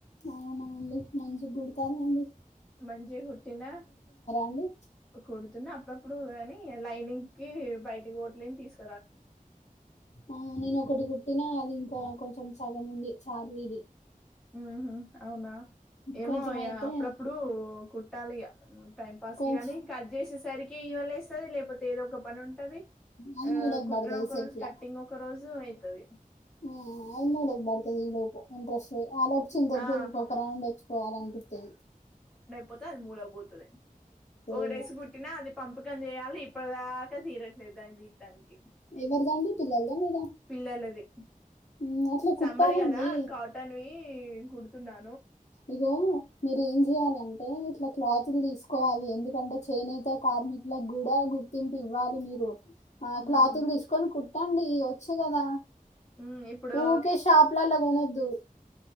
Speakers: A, on the left; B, in the centre.
A: అవున అండి మంచిగుడతారాండి.
B: మంచిగ్ కుట్టిన.
A: అండి?
B: కుడుతున్న అప్పుడప్పుడు గానీ లైనింగ్. కి బయటిక్ ఓట్లేన్ తీసుక్
A: ఆ నేను ఒకటి గుట్టినా అది ఇంకా కొంచెం సగం ఉంది చార్మిది
B: ఉహూ అవునా ఏమో
A: కొంచెం
B: ఇగ
A: అయితే
B: అప్పుడప్పుడు కుట్టాలి ఇగ టైం పాస్
A: కొంచ్
B: కి గానీ కట్ చేసేసరికి ఈమె లేస్తది లేకపోతే ఏదో ఒక పని ఉంటది
A: అది
B: ఆ
A: మూలకు
B: కుట్టడం
A: పడుతది
B: ఒక
A: సెల్ఫ్
B: రోజు కట్టింగ్
A: లా
B: ఒక రోజు అయితది
A: ఆ ఆది మనకు బడుతది ఈలోపు ఇంట్రెస్ట్ ఆలోపు చింతలపెళ్లికి
B: ఆ
A: ఒక రౌండ్ వచ్చి పోవాలి అనిపితది
B: పోతే అది మూలకుపోతాది ఒక
A: ఏమో
B: రెస్ కుట్టినా అది పంపకం చేయాలి ఇప్పుడు దక్ ఇంకా తిరట్లేదు దాన్ని తిత్తానికి
A: ఎవరుదండి పిల్లలుదా మీదా
B: పిల్లలది
A: ఉమ్, అట్లా
B: సమ్మర్
A: కుట్టాలండి
B: కదా కాటన్ వి కుడుతున్నా
A: ఇగో మీరు ఏం చెయ్యాల అంటే ఇట్లా క్లాత్లు తీసుకోవాలి ఎందుకంటే చేనేత కార్మికులకు కూడా గుర్తింపు ఇవ్వాలి మీరు ఆ
B: ఉమ్
A: క్లాతులు తీసుకొని కుట్టండి వచ్చు కదా
B: ఉమ్ ఇప్పుడు
A: ఊకే షాపుల్లా కొనద్దు